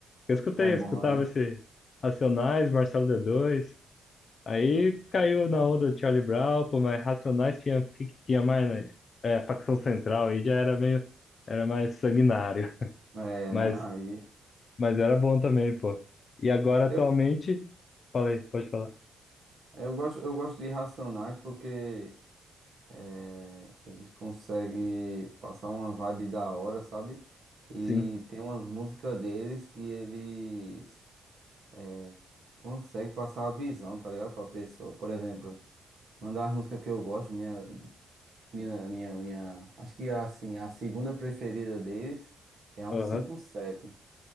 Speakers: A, on the left (about 55°); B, on the right (about 60°).
A: Eu escutei,
B: É
A: eu
B: bom,
A: escutava
B: né?
A: esse Racionais, Marcelo d dois. Aí caiu na onda do Charlie Brown, pô, mas Racionais tinha, o que que tinha mais, né? É, facção central, aí já era meio, era mais sanguinário. <laughs>
B: É,
A: Mas
B: né? Aí
A: Mas era bom também, pô. E agora, atualmente.
B: eu,
A: Falei, pode falar.
B: eu gosto eu gosto de Racionais porque É, eles conseguem passar uma vibe da hora, sabe? E
A: Sim,
B: tem umas músicas deles que eles é, conseguem passar a visão, tá ligado? Pra pessoa. Por exemplo, uma das músicas que eu gosto, minha, minha, minha, minha, acho que assim, a segunda preferida deles é a um
A: aham.
B: cinco sete.